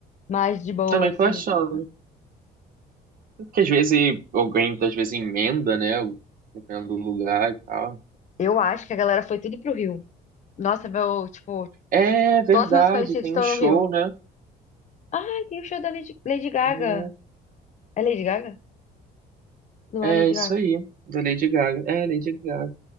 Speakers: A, on the left; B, on the right.
A: mais de boa,
B: também
A: assim.
B: tô achando.
A: tipo,
B: Porque às vezes alguém, às vezes, emenda, né? Dependendo do lugar e tal.
A: Eu acho que a galera foi tudo pro Rio. Nossa, meu, tipo,
B: É verdade,
A: todos meus conhecidos
B: tem
A: estão
B: um show,
A: no Rio.
B: né?
A: Ai, tem o show da Lady, Lady Gaga.
B: É.
A: É Lady Gaga? Não
B: É
A: é Lady
B: isso
A: Gaga.
B: aí, da Lady Gaga. É, Lady Gaga.